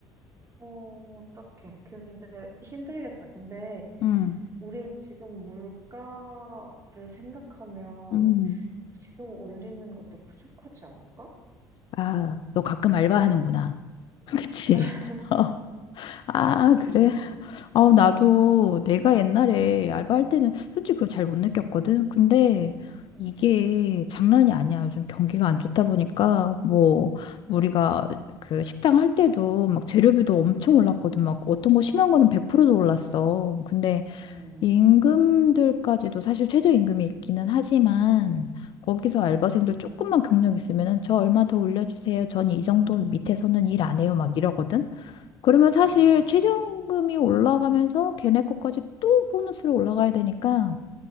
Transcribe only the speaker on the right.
어, 어떡해. 근데 힘들겠다. 근데
우리 지금 물가를 생각하면
지금 올리는 것도 부족하지 않을까?
<laughs>
그치.
응,
응,
응,
응,
응,